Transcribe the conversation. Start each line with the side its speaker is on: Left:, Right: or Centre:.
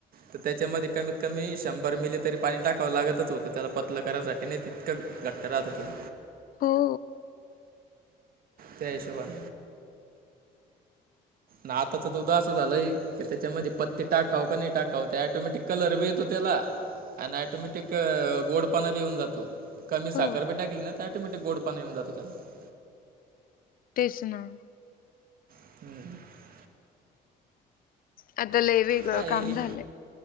Right: तर त्याच्यामध्ये कमीत कमी शंभर मिले तरी पाणी टाकावं लागतच होतं त्याला पतलं करायसाठी नाही तितकं घट राततील
Left: हो
Right: जयशवाण ना आताच त उदा असं झालंय त्याच्यामध्ये पत्ते टाकाव का नाही टाकाव ते टोमॅटिक कलर बी येतो त्याला आणि ॲटोमॅटिक गोड पाणा बि येऊन जातो कमी
Left: हो
Right: साखरी टाकली ना टोमेटिक गोड पाण येऊन जातो त्याला
Left: तेच ना
Right: हम्
Left: आता लय वेगळं
Right: काय
Left: काम
Right: आहे?
Left: झालंय